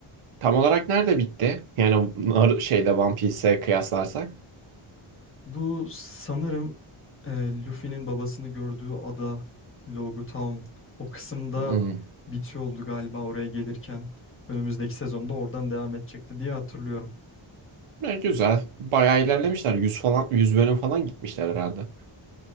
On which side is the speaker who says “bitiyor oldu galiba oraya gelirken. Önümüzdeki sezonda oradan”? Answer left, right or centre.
Left